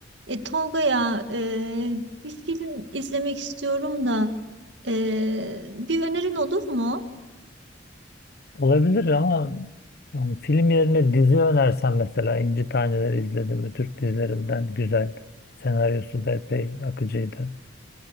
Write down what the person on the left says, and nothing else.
Olabilir ama yani film yerine dizi önersen mesela İnci Taneleri izledim mi Türk dizilerinden güzel. Senaryosu da epey akıcıydı.